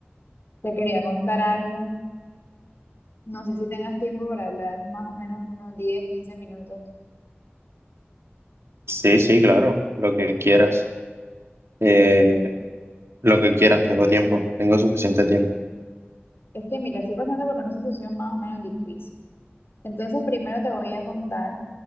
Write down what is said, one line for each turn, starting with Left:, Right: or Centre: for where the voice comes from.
Left: te quería contar algo. No sé si tengas tiempo para hablar más o menos unos 10, 15 minutos.
Right: Sí, sí, claro, lo que quieras. Eh, lo que quieras, tengo tiempo, tengo suficiente tiempo.
Left: Es que mira, estoy pasando por una situación más o menos difícil. Entonces primero te voy a contar,